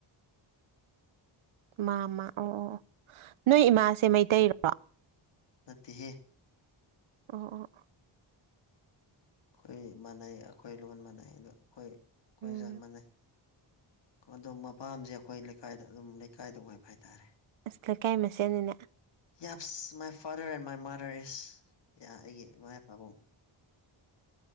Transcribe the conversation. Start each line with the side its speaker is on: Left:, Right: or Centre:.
Right: ꯃꯥ ꯃꯥ ꯑꯣ ꯑꯣ ꯑꯣ ꯅꯣꯏ ꯏꯃꯥꯁꯦ ꯃꯩꯇꯩꯔꯣ
Left: ꯅꯠꯇꯦꯍꯦ
Right: ꯑꯣ ꯑꯣ
Left: ꯑꯩꯈꯣꯏ ꯃꯥꯟꯅꯩ ꯑꯩꯈꯣꯏ ꯂꯣꯟ ꯃꯥꯟꯅꯩ ꯑꯗꯣ ꯑꯩꯈꯣꯏ ꯑꯩꯈꯣꯏ
Right: ꯎꯝ
Left: ꯖꯥꯠ ꯃꯥꯟꯅꯩ ꯑꯗꯣ ꯃꯄꯥꯝꯁꯦ ꯑꯩꯈꯣꯏ ꯂꯩꯀꯥꯏꯗ ꯑꯗꯨꯝ ꯂꯩꯀꯥꯏꯗ ꯑꯣꯏꯄ ꯍꯥꯏꯇꯥꯔꯦ
Right: ꯑꯁ ꯂꯩꯀꯥꯏ ꯃꯁꯦꯜꯅꯤꯅꯦ
Left: ꯌꯥꯞꯁ my father and my mother is ꯑꯩꯒꯤ ꯏꯃꯥ ꯏꯄꯥꯕꯨꯡ